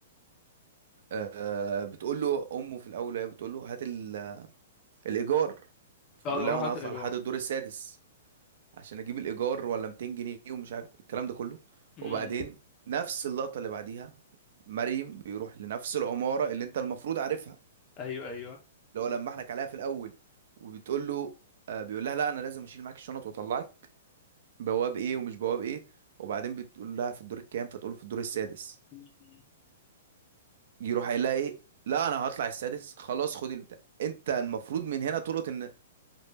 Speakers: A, on the right (about 65°); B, on the left (about 30°).
A: آه بتقول له امه في الاول وهي بتقول له هات ال- الايجار فبيقول
B: اه
A: لها
B: روح
A: انا
B: هات
A: هطلع
B: الاجوان
A: لحد الدور السادس عشان اجيب الايجار ولا 200 جنيه ومش عارف الكلام ده كله
B: امم
A: وبعدين نفس اللقطه اللي بعديها مريم بيروح لنفس العماره اللي انت المفروض عارفها
B: ايوه ايوه
A: اللي هو لما احنا عليها في الاول وبتقول له آه بيقول لها لا انا لازم اشيل معاك الشنط واطلعك بواب ايه ومش بواب ايه وبعدين بتقول لها في الدور الكام فتقول له في الدور السادس
B: مم.
A: يروح قايل لها ايه لا انا هطلع السادس خلاص خد البتاع انت المفروض من هنا تلقط ان